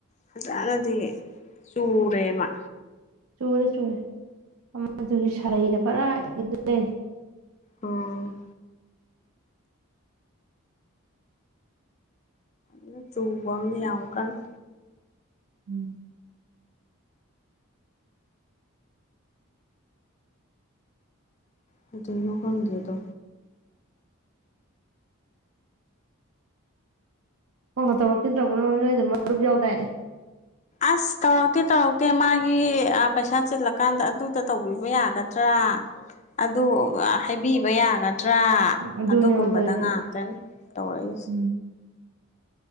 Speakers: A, on the left (about 30°); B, on the right (about 80°).
A: ꯐꯖꯅꯗꯤ ꯆꯨꯔꯦꯍꯦ ꯃꯥ
B: ꯆꯨꯝꯕꯨꯗ ꯆꯨꯝꯃꯦ ꯑꯃꯗꯨꯒꯤ ꯁꯥꯔꯩꯗ ꯄꯨꯔꯥ ꯏꯟꯂ꫰ꯂꯩꯔꯦ
A: ꯎꯝ ꯑꯗꯨ ꯆꯨꯝꯕꯃꯅꯤ ꯌꯥꯝ ꯀꯟꯅꯥ
B: ꯎꯝ
A: ꯀꯩꯗꯧꯅꯣ ꯈꯪꯗꯦ ꯑꯗꯣ
B: ꯐꯣꯟꯒ ꯇꯧꯔꯛꯈꯤꯗ꯭ꯔꯕꯣ ꯅꯣꯏꯗ ꯃꯔꯨꯞ ꯌꯥꯎꯗꯥꯏꯅꯦ
A: ꯑꯁ ꯇꯧꯔꯛꯇꯦ ꯇꯧꯔꯛꯇꯦ ꯃꯥꯒꯤ ꯑꯥ ꯄꯩꯁꯥ ꯆꯤꯜꯂꯀꯥꯟꯗ ꯑꯗꯨꯗ ꯇꯧꯕꯤꯕ ꯌꯥꯒꯗ꯭ꯔꯥ ꯑꯗꯨ ꯍꯥꯏꯕꯤꯕ ꯌꯥꯒ ꯗꯔꯥ
B: ꯑꯗꯨꯅꯦ
A: ꯑꯗꯨꯒꯨꯝꯕꯗ
B: ꯑꯩꯉꯣꯟꯗ ꯇꯧꯔꯤꯁꯦ
A: ꯉꯥꯛꯇꯅꯤ ꯇꯧꯔꯛꯏꯁꯦ
B: ꯎꯝ